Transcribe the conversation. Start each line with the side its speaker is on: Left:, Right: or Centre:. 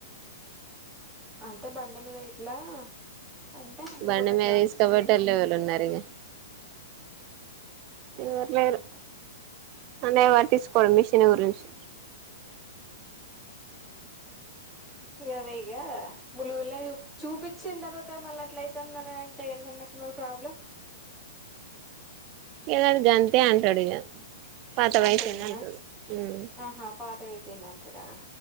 Centre: అంటే బండ మీద గీట్లా అంటే హనుమకొండకు
Right: బండి మీద
Centre: రావచ్చు
Right: తీసుకపోయేటోళ్ళు
Centre: గాని
Right: ఎవలు ఉన్నారు ఇగ ఎవరు లేరు అన్నే వారు తీసుకోవడం మిషన్ గురించి
Centre: యాద ఇగ ములుగుల చూపించిన తర్వాత మళ్ళీ అట్లయితదన అంటే ఎన్దిఅనంత్ లావ్ ప్రాబ్లమ్
Right: ఎద జంతే అంటాడు ఇగ పాత
Centre: అంతేనా
Right: వయసు అని అంటాడు
Centre: ఆహా పాతగాయిపోయింది అంటాడా